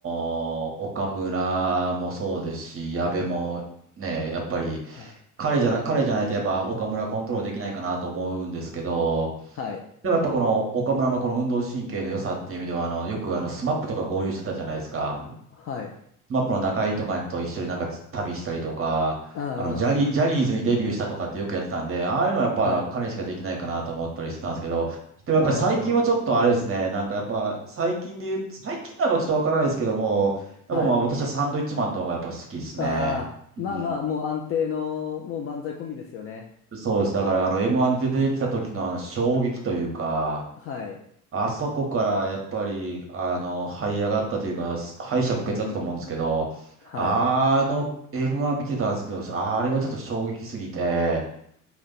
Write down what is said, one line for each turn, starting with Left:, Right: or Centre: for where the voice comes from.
Right: ー岡村もそうですし、矢部もね、やっぱり
Left: はい。
Right: 彼じゃな、彼じゃないとやっぱ岡村コントロールできないかなと思うんですけど、
Left: はい。
Right: でもやっぱこの岡村のこの運動神経の良さっていう意味では、あの、よくあの、スマップとか合流してたじゃないですか。
Left: はい。
Right: マップの中井とかと一緒になんか旅したりとか、
Left: ああ、ああ、
Right: あの、ジャニー、ジャニーズにデビューしたとかってよくやってたんで、
Left: あーあ
Right: ああいうのはやっぱ彼しかできないかなと思ったりしてたんですけど、
Left: ー。はい。
Right: でもやっぱり最近はちょっとあれですね、
Left: あ
Right: なんかやっぱ最近で言う、最近なんかちょっとわからないですけども、やっぱまあ私はサンドイッチマンとかがやっぱ好きですね。
Left: あ、はい。ああ、
Right: うん。
Left: まあまあ、もう安定の、もう漫才コンビですよね。
Right: そうです。だからあの M1 で出てきた時のあの衝撃というか、
Left: はい。
Right: あそこからやっぱり、あの、這い上がったというか、敗者復活だったと思うんですけど、
Left: うん。はい。
Right: あの M1 見てたんですけど、あれはちょっと衝撃すぎて、